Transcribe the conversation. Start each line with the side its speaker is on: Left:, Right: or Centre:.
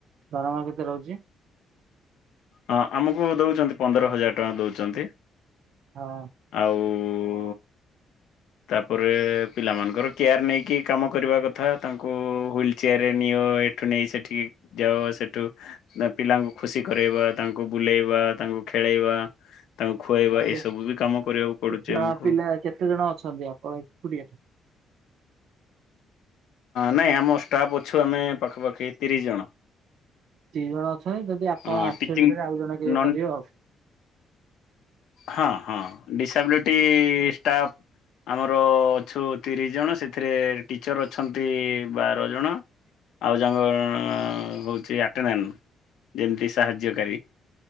Right: ଦରମା କେତେ ରହୁଛି?
Left: ହଁ ଆମକୁ ଦଉଛନ୍ତି ପନ୍ଦର ହଜାର ଟଙ୍କା ଦଉଛନ୍ତି
Right: ହଁ
Left: ଆଉ ତାପରେ ପିଲାମାନଙ୍କର କେୟାର ନେଇକି କାମ କରିବା କଥା ତାଙ୍କୁ ହ୍ୱିଲ୍ ଚେୟାରରେ ନିଅ ଏ ସେଠୁ ନେଇ ସେଠିକି ଯାଅ ସେଠୁ ପିଲାଙ୍କୁ ଖୁସି କରେଇବା ତାଙ୍କୁ ବୁଲେଇବା ତାଙ୍କୁ ଖେଳେଇବା ତାଙ୍କୁ ଖୁଆଇବା
Right: ଆଜ୍ଞା
Left: ଏସବୁ ବି କାମ କରିବାକୁ ପଡୁଛି
Right: କେତେ
Left: ଆମକୁ।
Right: ପିଲା କେତେ ଜଣ ଅଛନ୍ତି ଆପଣ ଏକୁଟିଆ?
Left: ନାଇଁ ଆମ ଷ୍ଟାଫ୍ ଅଛୁ ଆମେ ପାଖାପାଖି ତିରିଶ ଜଣ।
Right: ଏତିକି ଜଣ ଅଛନ୍ତି ଯଦି ଆପଣ
Left: ହଁ
Right: ଆବ୍ସେଣ୍ଡ
Left: ଟିଚିଂ
Right: ରେ ଆଉ ଜଣେ କିଏ
Left: ନନ୍
Right: କରିବ ଆଉ।
Left: ହଁ ହଁ ଡିସାବିଲିଟି ଷ୍ଟାଫ୍ ଆମର ଅଛୁ ତିରିଶ ଜଣ ସେଥିରେ ଟିଚର ଅ ଅଛନ୍ତି ବାର ଜଣ ଆଉ ଜଣକ ହଉଛି <unintelligible> ଯେମିତି ସାହାଯ୍ୟକାରୀ